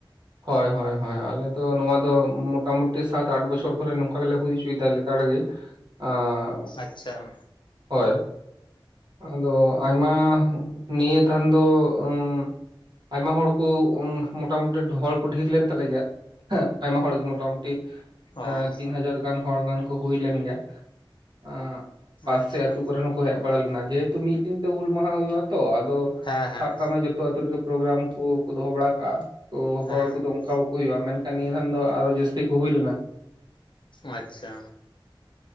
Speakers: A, on the right (about 55°); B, on the left (about 60°).
A: ᱦᱚᱭ ᱦᱚᱭ ᱦᱚᱭ ᱟᱞᱮ ᱫᱚ ᱱᱚᱣᱟ ᱫᱚ ᱢᱚᱴᱟ ᱢᱩᱴᱤ ᱥᱟᱛ ᱟᱴ ᱵᱚᱪᱷᱚᱨ ᱫᱷᱚᱨᱮ ᱱᱩᱝᱠᱟ ᱜᱤᱞᱮ ᱦᱩᱭ ᱪᱚᱭ ᱫᱟᱞᱮ᱾ ᱠᱟ ᱞᱤᱜᱤᱜ ᱟᱸ
B: ᱟᱪᱪᱷᱟ
A: ᱦᱚᱭ᱾ ᱟᱫᱚ ᱟᱭᱢᱟ ᱱᱤᱭᱟᱹ ᱫᱷᱟᱱ ᱫᱚ ᱩᱸᱼᱼ ᱟᱭᱢᱟ ᱦᱚᱲ ᱠᱩ ᱩᱸ ᱢᱚᱴᱟᱼᱢᱩᱴᱤ ᱰᱷᱚᱲ ᱰᱷᱤᱨ ᱞᱮᱱ ᱛᱟᱞᱮ ᱜᱮᱭᱟ᱾ ᱮᱜᱸ ᱟᱭᱢᱟ ᱦᱚᱲ ᱜᱮ ᱢᱚᱴᱟᱼᱢᱩᱴᱤ
B: ᱚ
A: ᱮᱸ ᱛᱤᱱ ᱦᱟᱡᱟᱨ ᱜᱟᱱ ᱦᱚᱲ ᱜᱟᱱ ᱠᱩ ᱦᱩᱭ ᱞᱮᱱ ᱜᱮᱭᱟ᱾ ᱟᱸᱜ ᱯᱟᱥᱮ
B: ᱟᱪᱪᱷᱟ
A: ᱟᱹᱛᱩ ᱠᱚᱨᱤᱱ ᱦᱚᱸᱠᱚ ᱦᱮᱡ ᱵᱟᱲᱟ ᱞᱮᱱᱟ ᱡᱮ ᱦᱮᱛᱩ ᱢᱤᱫ ᱫᱤᱱ ᱛᱮ ᱦᱩᱞ ᱢᱟᱦᱟᱸ ᱦᱩᱭᱩᱜᱼᱟᱼᱼ ᱛᱚ ᱟᱫᱚ
B: ᱦᱮᱸ ᱦᱮᱸ
A: ᱥᱟᱵ ᱠᱟᱜ ᱢᱮ ᱡᱚᱛᱚ ᱟᱹᱛᱩ ᱨᱮᱜᱮ ᱯᱨᱳᱜᱽᱨᱟᱢ ᱠᱩ ᱠᱚ ᱫᱚᱦᱚ ᱵᱟᱲᱟ ᱠᱟᱜ-ᱟᱼᱼ ᱛᱚ ᱦᱚᱲ
B: ᱦᱮᱸ
A: ᱠᱩᱫᱚ ᱩᱱᱠᱟ ᱵᱟᱹᱠᱩ ᱦᱩᱭᱩᱜ-ᱟ ᱢᱮᱱᱠᱷᱟᱱ ᱱᱤᱭᱟᱹ ᱫᱷᱟᱱ ᱫᱚ ᱟᱨᱚ ᱡᱟᱹᱥᱛᱤ ᱠᱩ ᱦᱩᱭ ᱞᱮᱱᱟ᱾
B: ᱟᱪᱪᱷᱟ᱾